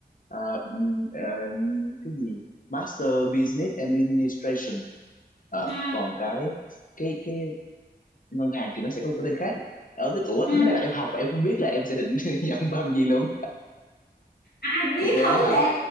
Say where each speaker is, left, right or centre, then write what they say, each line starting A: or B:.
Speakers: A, on the left; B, on the left.
A: Ờ, ừm, ờ, cái gì Master Business Administration Ờ,
B: ừ.
A: còn cái cái cái ngân hàng thì nó sẽ có một cái tên khác ở cái tuổi
B: Ừ.
A: tính ra là em học mà em không biết là em sẽ định <laughs> nhận bằng gì luôn
B: ai biết
A: thiệt luôn
B: không
A: á hả
B: đấy